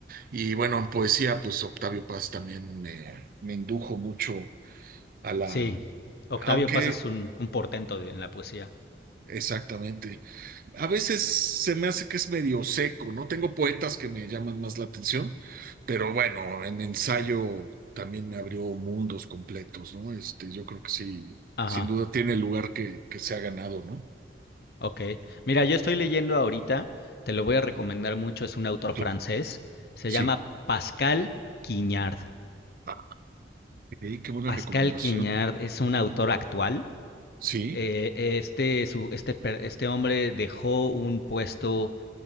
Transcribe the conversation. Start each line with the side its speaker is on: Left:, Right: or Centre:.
Right: Y bueno, en poesía, pues Octavio Paz también me, me indujo mucho a la.
Left: Sí, Octavio
Right: Aunque
Left: Paz es un, un portento de- en la poesía.
Right: Exactamente. A veces se me hace que es medio seco, ¿no? Tengo poetas que me llaman más la atención, pero bueno, en ensayo también me abrió mundos completos, ¿no? Este, yo creo que sí,
Left: Ajá.
Right: sin duda tiene el lugar que, que se ha ganado, ¿no?
Left: Ok. Mira, yo estoy leyendo ahorita, te lo voy a recomendar mucho, es un autor
Right: Tú-
Left: francés, se
Right: Sí.
Left: llama Pascal Quignard.
Right: Ah, ok, qué buena
Left: Pascal
Right: recomendación.
Left: Quignard es un autor actual.
Right: Sí,
Left: eh, este, su- este, per- este hombre dejó un puesto